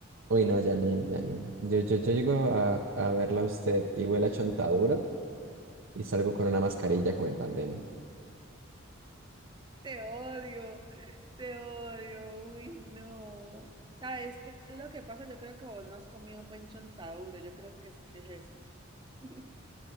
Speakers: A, on the right; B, on the right.
A: Uy,
B: Uy,
A: no,
B: no.
A: Janine, Janine. Yo, yo, yo llego a, a verla a usted y huele a chontaduro y salgo con una mascarilla como en pandemia.
B: Te odio, te odio, uy, no. ¿Sabes qué es lo que pasa? Yo creo que vos no has comido un buen chontaduro, yo creo que es, que es eso. <laughs>